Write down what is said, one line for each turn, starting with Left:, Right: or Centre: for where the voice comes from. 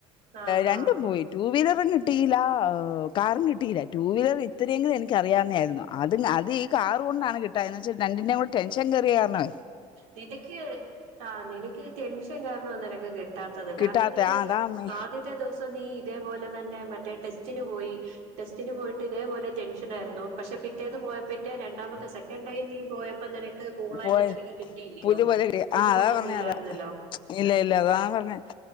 Right: ആഹാ
Left: രണ്ടും പോയി ടു വീലറും കിട്ടയില്ല ഏ കാറും കിട്ടിയില്ല ടു വീലർ ഇതിരിങ്കിലും എനിക്കറിയാവുന്നെ ആയിരുന്നു. അത് അത് ഈ കാറ് കൊണ്ടാണ് കിട്ടഞ്ഞെ ന്ന്ചാ രണ്ടിൻേയും കൂടെ ടെൻഷൻ കേറിയ കാര്ണെ
Right: നിനയ്ക്ക് ആ നിനയ്ക്കീ ടെൻഷൻ കാരണം നിനക്ക് കി ട്ടാത്തത് കാര്ണം
Left: കിട്ടാത്ത
Right: നീ
Left: അതാ
Right: ആദ്യത്തെ ദിവസം നീ ഇതേപോലെ തന്നെ മറ്റേ ടെസ്റ്റിന് പോയി ടെസ്റ്റിന് പോയിട്ട് ഇതേപോലെ ടെൻഷൻ ആയിരുന്നു പക്ഷെ പിറ്റേന്ന് പോയ പിറ്റേ രണ്ടാമത്തെ സെക്കൻടൈം നീ പോയ പ്പൊ നിനക്ക് കൂളായിട്ട്
Left: പോയ
Right: ങ്ങനെ കിട്ടിയില്ല്യോ
Left: പുല്ല് പോലെ കിട്ടിയ
Right: ബുദ്ധിമുട്ടൊന്നും
Left: ആ അതാ പറഞ്ഞ
Right: ഇല്ലായ്ര്ന്നല്ലോ?
Left: അതാ ഇല്ല ഇല്ല അതാ പറഞ്ഞ